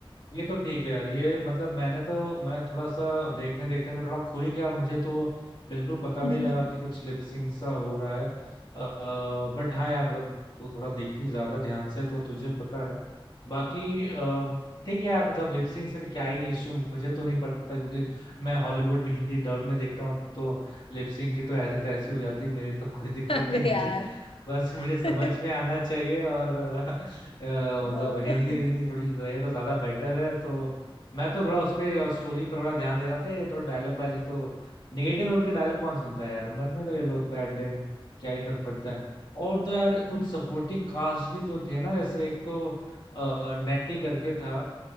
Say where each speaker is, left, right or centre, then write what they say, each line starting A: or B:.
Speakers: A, on the left (about 55°); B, on the left (about 70°).
A: ये तो ठीक है यार ये मतलब मैंने तो मैं थोड़ा सा देखने देखने में थोड़ा खो ही गया मुझे तो बिल्कुल पता
B: <laughs>
A: भी नहीं लगा कि कुछ लिपसिंग सा हो रहा है बट हाँ यार मतलब तू थोड़ा देखती ज्यादा ध्यान से तो तुझे पता है बाकी अ, ठीक है यार मतलब लिपसिंग से भी क्या ही इशू मुझे तो नहीं पड़ता क्योंकि मैं हॉलीवुड भी हिंदी डब में देखता हूँ तो लिपसिंग की तो ऐसे तैसी हो जाती है मेरी तो कोई दिक्कत
B: अरे
A: नहीं मुझे
B: यार
A: बस मुझे समझ
B: <laughs>
A: में आना चाहिए और <laughs> अ, मतलब
B: हाँ
A: हिंदी हिंदी थोड़ी रहे तो ज्यादा बेटर है तो मैं तो थोड़ा उस पे और स्टोरी पर थोड़ा ध्यान दे रहा था ये थोड़ा डायलॉग बाजी तो निगेटिव रोल के डायलॉग कौन सुनता है यार मरने तो ये लोग का एडेंट क्या ही फर्क पड़ता है और तो यार
B: हम्म
A: कुछ सपोर्टिंग कास्ट भी जो थे ना जैसे एक तो अ, नेटी करके था